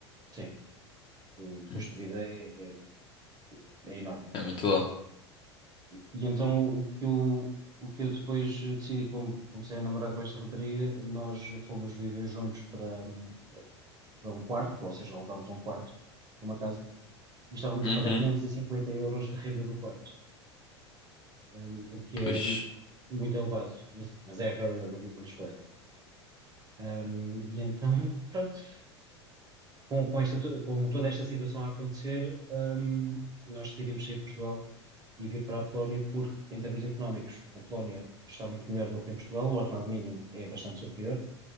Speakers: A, on the right (about 25°); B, on the left (about 35°).
A: sim, o custo
B: hum,
A: de vida é, é- é enorme.
B: É muito bom.
A: E então o que eu, o que eu depois decidi, como comecei a namorar com esta rapariga, nós fomos viver juntos para, hum, para um quarto, ou seja, alugámos um quarto para uma casa e estávamos
B: Uhum,
A: a pagar 550 euros de renda do quarto, hum, o que é
B: pois.
A: muito elevado, mas, mas é a realidade li- lisboeta. Hum, e então, <laughs> pronto, com, com esta to- com toda esta situação a acontecer, hum, nós decidimos sair de Portugal e vir para a Polónia porque, em termos económicos, a Polónia está muito melhor do que em Portugal, o ordenado mínimo é bastante superior